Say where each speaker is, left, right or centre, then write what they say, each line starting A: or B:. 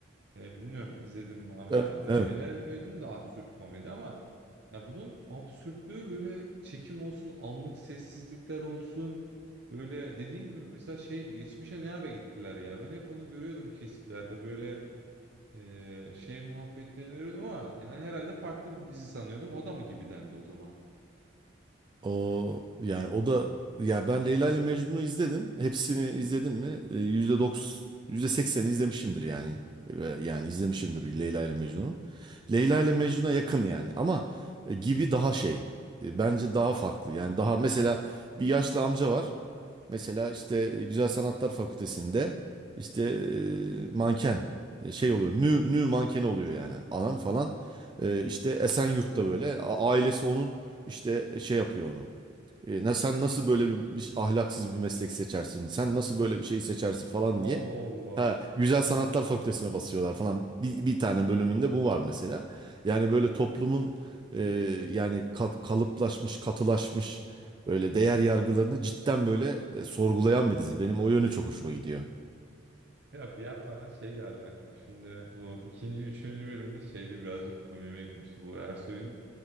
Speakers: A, on the right (about 60°); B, on the right (about 25°).
A: E, bilmiyorum izledim mi Ahmet
B: evet,
A: abi de
B: evet.
A: Leyla ile Mecnun da absürt komedi ama ya bunun absürtlüğü böyle çekim olsun, anlık sessizlikler olsun. Böyle dediğin gibi mesela şey geçmişe ne ara gittiler ya. Ben hep onu görüyordum kesitlerde böyle e, şey muhabbetlerini görüyordum ama yani herhalde farklı bir dizi sanıyordum. O da mı gibi dendi o zaman?
B: O yani o da ya ben Leyla ile Mecnun'u izledim. Hepsini izledim mi? E, yüzde doksan %80 izlemişimdir yani. E, Ve Yani izlemişimdir Leyla ile Mecnun'u. Leyla ile Mecnun'a yakın yani ama e, gibi daha şey. E, Bence daha farklı. Yani daha mesela bir yaşlı amca var. Mesela işte e, Güzel Sanatlar Fakültesi'nde işte e, manken e, şey oluyor. Nü nü mankeni oluyor yani. Adam falan e, işte Esenyurt'ta böyle a- ailesi onun işte e, şey yapıyor onu. E, ne sen nasıl böyle bir, bir ahlaksız bir meslek seçersin? Sen nasıl böyle bir şey seçersin falan
A: Allah
B: diye.
A: Allah.
B: Ha, Güzel Sanatlar Fakültesine basıyorlar falan. Bir, bir tane bölümünde bu var mesela. Yani böyle toplumun e, yani ka- kalıplaşmış, katılaşmış böyle değer yargılarını cidden böyle e, sorgulayan bir dizi. Benim o yönü çok hoşuma gidiyor.
A: Ya bir yandan şey geldi aklıma. Şimdi bu ikinci, üçüncü bölümde şeyde birazcık komiğime gitmişti. Bu Ersoy'un